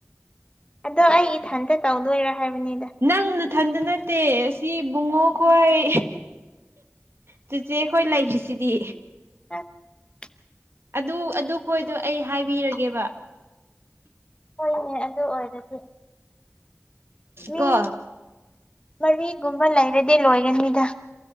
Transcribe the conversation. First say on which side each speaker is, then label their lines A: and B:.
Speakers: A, on the left; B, on the right.
A: ꯑꯗꯣ ꯑꯩ ꯏꯊꯟꯇ ꯇꯧꯗꯣꯏꯔ ꯍꯥꯏꯕꯅꯤꯗ
B: ꯅꯪꯅꯊꯟꯗ ꯅꯠꯇꯦ ꯑꯁꯤꯕꯨꯡꯉꯣꯈꯣꯏ ꯆꯆꯦ ꯑꯩꯈꯣꯏ ꯂꯩꯔꯤ꯭ꯔꯤꯁꯤꯗꯤ
A: ꯑꯥ <inaudible>
B: ꯑꯗꯨ ꯑꯗꯨ ꯈꯣꯏꯗꯣ ꯑꯩ ꯍꯥꯏꯕꯤꯔꯒꯦꯕ
A: ꯍꯣꯏꯅꯦ ꯑꯗꯨ ꯑꯣꯏꯔꯗꯤ ꯃꯤ
B: ꯀꯣ
A: ꯃꯔꯤꯒꯨꯝꯕ ꯂꯩꯔꯗꯤ ꯂꯣꯏꯒꯅꯤꯗ